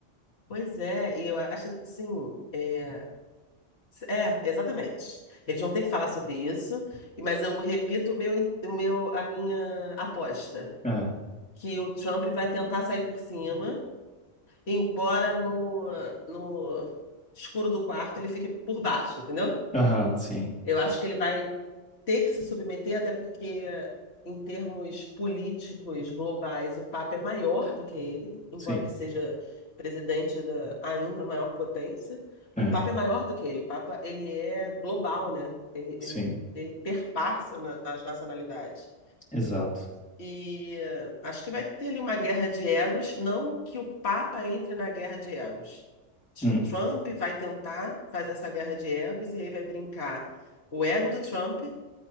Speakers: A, on the left; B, in the centre.
A: Pois é, e eu acho assim, é, É, exatamente. Eles vão ter que falar sobre isso, e- mas eu repito o meu, o meu, a minha aposta,
B: É.
A: que o Trump vai tentar sair por cima, embora no, no escuro do quarto ele fique por baixo, entendeu?
B: Aham, sim,
A: Eu acho que ele vai ter que se submeter, até porque, em termos políticos globais, o Papa é maior do que ele, embora
B: sim,
A: ele seja presidente da ainda maior potência.
B: é,
A: O Papa é maior do que ele. O Papa, ele é global, né? Ele,
B: sim,
A: ele, ele perpassa na- as nacionalidades.
B: exato.
A: E eh, acho que vai ter ali uma guerra de egos, não que o Papa entre na guerra de egos. Acho
B: Hum,
A: que o Trump vai tentar fazer essa guerra de egos e aí vai brincar o ego do Trump